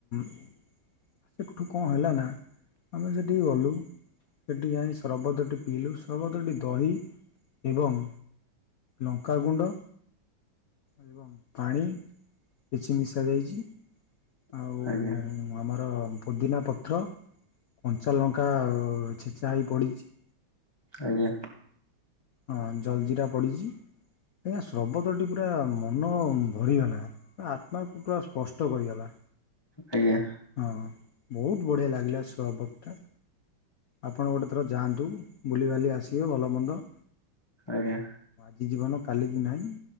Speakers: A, on the left; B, on the left.
A: ସେଠୁ କଣ ହେଲା ନା ଆମେ ସେଠିକି ଗଲୁ ସେଠି ଯାଇ ସର୍ବତଟି ପିଇଲୁ ସର୍ବତଟି ଦହି ଏବଂ ଲଙ୍କା ଗୁଣ୍ଡ। ଏବଂ ପାଣି କିଛି ମିଶା ଯାଇଚି। ଆଉ
B: ଆଜ୍ଞା
A: ଆମର ପୁଦିନା ପତ୍ର, କଞ୍ଚା ଲଙ୍କା ଆଉ ଛେଚା ହେଇ ପଡିଚି।
B: ଆଜ୍ଞା।
A: ହଁ ଜଲ ଜିରା ପଡ଼ିଚି। ଆଜ୍ଞା ସ୍ରବତଟି ପୁରା ମନ ଭରିଗଲା, ଆତ୍ମାକୁ ପୁରା ସ୍ପଷ୍ଟ କରିଗଲା।
B: ଆଜ୍ଞା
A: ହଁ ବହୁତ ବଢ଼ିଆ ଲାଗିଲା ଶ୍ରବତଟା। ଆପଣ ଗୋଟେ ଥର ଯାଆନ୍ତୁ, ବୁଲିିବାଲି ଆସିବେ ଭଲମନ୍ଦ
B: ଆଜ୍ଞା।
A: ଜି ଜୀବନ କାଲିକି ନାହିଁ,